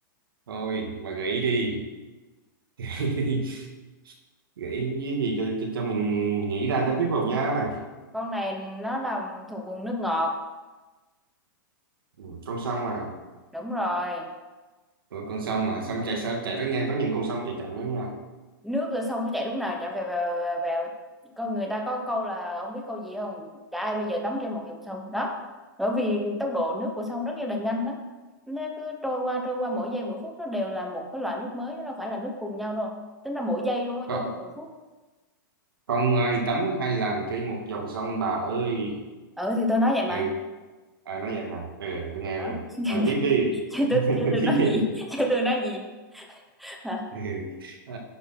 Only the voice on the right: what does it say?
thôi mà gãy đi <laughs> nghĩ cái gì cho, cho, cho mình, mình nghĩ ra cho thuyết phục nha
ừ, con sông mà
ừ, con sông mà sông chạy sao chạy rất nhanh có những con sông chạy chậm lắm nha
không,
không ai tắm hai lần trên một dòng sông bà ơi
ừ à, nói vậy hả ừ tôi nghe
rồi
rồi tiếp đi
<laughs>
tiếp đi
ừ, ừ,